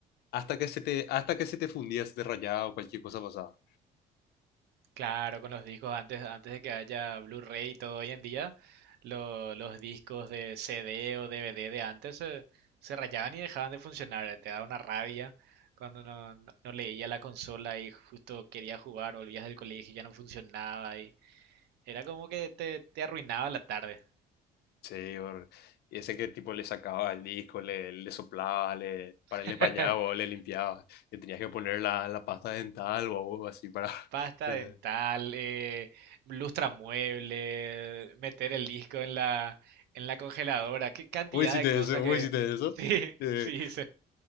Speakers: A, on the left (about 70°); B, on the right (about 80°).
A: hasta que se te hasta que se te fundía, se te rayaba o cualquier cosa pasaba.
B: Claro, con los discos, antes, antes de que haya Blu-ray y todo hoy en día, lo- los discos de CD o DVD de antes se, se rayaban y dejaban de funcionar. Te daba una rabia cuando no, no- no leía la consola y justo quería jugar, volvías del colegio y ya no funcionaba. Y era como que te, te arruinaba la tarde.
A: Sí, or- y ese que tipo le sacaba el disco, le, le soplaba, le, para
B: <laughs>
A: él le bañaba o le limpiaba. Le tenías que poner la, la pasta dental o algo así para...
B: Pasta
A: <laughs> no
B: dental,
A: sé.
B: eh, mueble, meter el disco en la, en la congeladora. Qué cantidad
A: Vos hiciste
B: de cosas
A: eso,
B: que...
A: vos hiciste eso.
B: <laughs>
A: Eh,
B: Sí, sí,